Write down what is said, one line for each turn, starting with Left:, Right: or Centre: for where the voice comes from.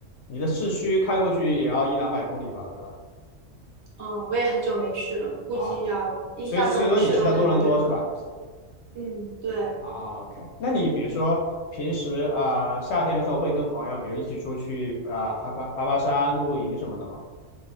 Left: 你的市区开过去也要一两百公里吧，对吧？
Right: 嗯，我也很久没去了，估计要印象中去了很远。
Left: 啊，所以所以说你是在多伦多是吧？你是在
Right: 嗯，对，
Left: 啊，OK，那你比如说平时啊、呃夏天的时候会跟朋友，比如一起出去啊、爬爬爬爬山、露露营什么的吗？